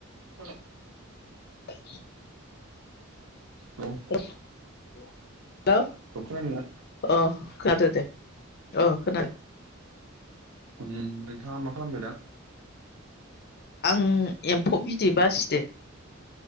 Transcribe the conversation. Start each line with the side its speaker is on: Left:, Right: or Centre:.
Right: <unintelligible>
Left: <inaudible>
Right: औ
Left: हेलौ
Right: औ खोनादोंना?
Left: अ खादोदे अ खोनादों।
Right: नोंथाङा मा खालामदों दा?
Left: आं एम्फौ बिदै बासिदो।